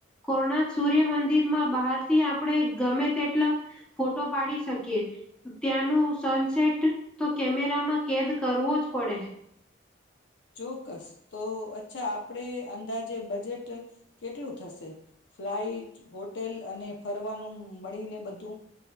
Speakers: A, in the centre; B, on the left (about 65°).
A: કોણાક સૂર્ય મંદિરમાં બહારથી આપણે ગમે તેટલા, ફોટો પાડી શકીએ, ત્યાંનું સનસેટ તો કેમેરામાં કેદ કરવો જ પડે.
B: ચોક્કસ, તો અચ્છા આપ આપડે અંદાજે બજેટ, કેટલું થશે, ફ્લાઈટ હોટેલ અને ફરવાનું મળીને બધું?